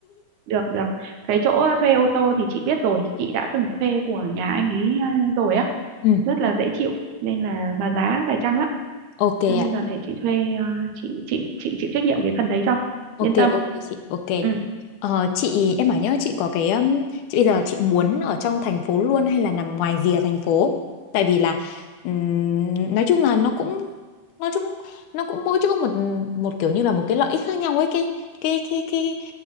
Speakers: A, on the right; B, on the left.
A: được được cái chỗ thuê ô tô thì chị biết rồi chị đã từng thuê của nhà anh ấy ờ, rồi á
B: Ừ.
A: rất là dễ chịu nên là mà giá phải chăng lắm
B: Ok
A: cho nên
B: ạ.
A: là để chị thuê à, chị chị chị chịu trách nhiệm cái phần đấy cho
B: Ok
A: yên tâm
B: ok chị ok
A: ừ
B: ờ, chị em bảo nhớ chị có cái um, chị bây giờ chị muốn ở trong thành phố luôn hay là nằm ngoài rìa thành phố tại vì là ừm, nói chung là nó cũng nói chung nó cũng mỗi chỗ một một kiểu như là một cái lợi ích khác nhau ấy cái cái cái cái